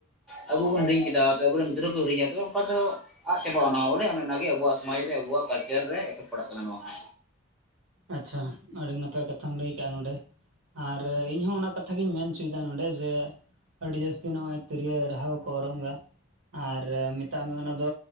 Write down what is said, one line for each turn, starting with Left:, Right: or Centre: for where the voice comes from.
Centre: ᱟ ᱟᱵᱚ ᱵᱚᱱ ᱦᱤᱲᱤ ᱠᱮᱫᱟ ᱟᱵᱚᱨᱮᱱ ᱜᱤᱫᱽᱨᱟᱹ ᱠᱚ ᱦᱤᱲᱤᱧᱟ ᱛᱚᱵᱮ ᱚᱱᱠᱟ ᱫᱚ ᱟᱫ ᱪᱟᱵᱟᱜᱼᱟ ᱦᱚᱸ ᱵᱚᱞᱮ ᱚᱱᱮ ᱚᱱᱟᱜᱮ ᱟᱵᱚᱣᱟᱜ ᱥᱚᱢᱟᱡᱽ ᱨᱮ ᱟᱵᱚᱣᱟᱜ ᱠᱟᱞᱪᱟᱨ ᱨᱮ ᱮᱯᱷᱮᱠᱴ ᱯᱟᱲᱟᱜ ᱠᱟᱱᱟ ᱱᱚᱣᱟ ᱦᱚ,
Right: ᱟᱪᱷᱟ ᱟᱹᱰᱤ ᱱᱟᱯᱟᱭ ᱠᱟᱛᱷᱟᱢ ᱞᱟᱹᱭ ᱠᱮᱫᱼᱟ ᱱᱚᱰᱮ ᱾ ᱟᱨ ᱤᱧ ᱦᱚᱸ ᱚᱱᱟ ᱠᱟᱛᱷᱟ ᱜᱤᱧ ᱢᱮᱱ ᱦᱚᱪᱚᱭᱮᱫᱟ ᱱᱚᱰᱮ ᱡᱮ ᱟᱹᱰᱤ ᱡᱟᱹᱥᱛᱤ ᱱᱚᱜᱼᱚᱭ ᱛᱤᱨᱭᱳ ᱨᱟᱦᱟ ᱠᱚᱠᱚ ᱚᱨᱚᱝᱟ ᱟᱨ ᱢᱮᱛᱟᱜ ᱢᱮ ᱚᱱᱟ ᱫᱚ